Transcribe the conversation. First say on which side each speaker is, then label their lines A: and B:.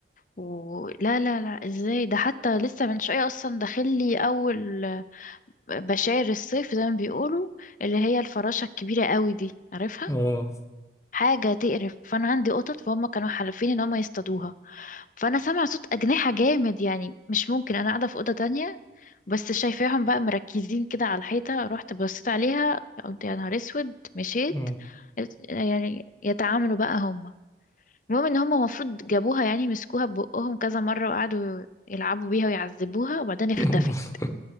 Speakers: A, on the left; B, on the left.
A: و... لا لا لا ازاي ده حتى لسه من شوية اصلا داخلي اول بشاير الصيف زي ما بيقولوا اللي هي الفراشة الكبيرة قوي دي عارفها
B: اه
A: حاجة تقرف فانا عندي قطط فهم كانوا حالفين ان هم يصطادوها فانا سامعه صوت اجنحه جامد يعني مش ممكن انا قاعده في اوضه تانية بس شايفاهم بقى مركزين كده على الحيطه رحت بصيت عليها قلت يا نهار اسود مشيت
B: اه
A: يعني يتعاملوا بقى هم المهم ان هم المفروض جابوها يعني مسكوها ببقهم كذا مره وقعدوا يلعبوا بيها ويعذبوها وبعدين اختفت
B: <laughs>